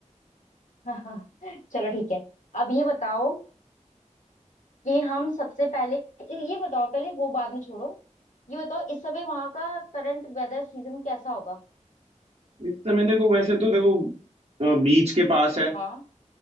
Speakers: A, on the left; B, on the right.
A: <laughs> चलो ठीक है अब ये बताओ कि हम सबसे पहले ये बताओ पहले वो बाद में छोड़ो ये बताओ इस समय वहां का करंट वेदर सीजन कैसा होगा
B: इस समय देखो वैसे तो देखो बीच के पास है
A: हाँ